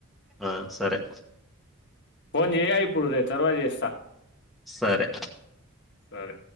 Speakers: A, in the centre; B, on the left (about 55°).
A: ఆ సరే
B: ఫోన్ చేయిపుడు రే తవాజేస్త
A: సరే
B: సరే